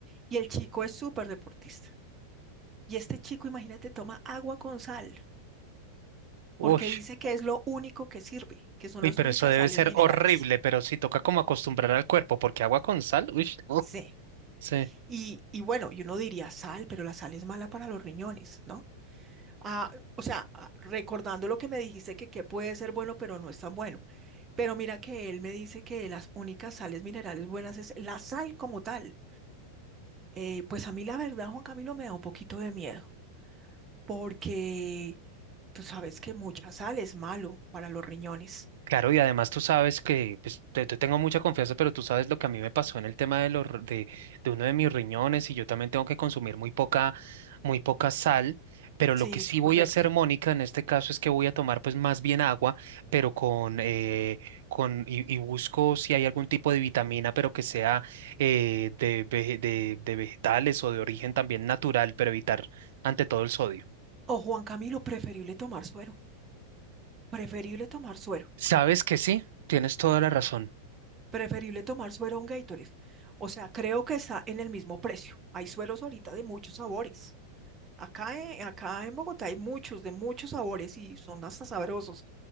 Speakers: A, on the right; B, on the right.
A: y el chico es súper deportista. Y este chico, imagínate, toma agua con sal,
B: Uy,
A: porque dice que es lo único que sirve, que son
B: uy,
A: las
B: pero
A: únicas
B: eso debe
A: sales
B: ser
A: minerales.
B: horrible, pero sí toca como acostumbrar al cuerpo, porque agua con sal, uy, no,
A: Sí.
B: sí.
A: Y, y bueno, y uno diría sal, pero la sal es mala para los riñones, ¿no? Ah, o sea, ah, recordando lo que me dijiste que, que puede ser bueno, pero no es tan bueno. Pero mira que él me dice que las únicas sales minerales buenas es la sal como tal. Eh, pues a mí la verdad, Juan Camilo, me da un poquito de miedo, porque tú sabes que mucha sal es malo para los riñones.
B: Claro, y además tú sabes que, pues, te, te tengo mucha confianza, pero tú sabes lo que a mí me pasó en el tema de, los, r- de, de uno de mis riñones y yo también tengo que consumir muy poca, muy poca sal, pero lo
A: Sí,
B: que sí voy
A: correcto.
B: a hacer, Mónica, en este caso es que voy a tomar pues más bien agua, pero con, eh, con y, y busco si hay algún tipo de vitamina, pero que sea eh, de, vege- de, de vegetales o de origen también natural, pero evitar ante todo el sodio.
A: O Juan Camilo, preferible tomar suero. Preferible tomar suero.
B: Sabes que sí, tienes toda la razón.
A: Preferible tomar suero a un Gatorade. O sea, creo que está en el mismo precio. Hay sueros ahorita de muchos sabores. Acá, e- acá en Bogotá hay muchos, de muchos sabores y son hasta sabrosos,